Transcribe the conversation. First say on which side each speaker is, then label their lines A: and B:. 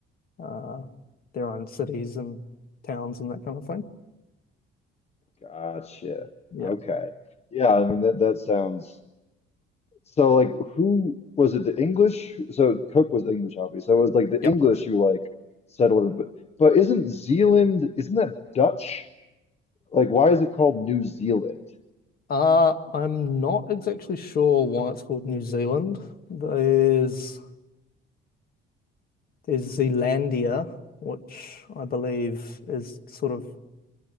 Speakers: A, on the left; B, on the left.
A: uh, their own cities and towns and that kind of thing.
B: Gotcha.
A: Yeah.
B: Okay. Yeah, I mean that that sounds so like who was it the English? So Cook was English, obviously. So it was like the
A: Yep.
B: English who like settled it, but but isn't Zealand isn't that Dutch? Like why is it called New Zealand?
A: Uh, I'm not exactly sure why it's called New Zealand. There's there's Zealandia, which I believe is sort of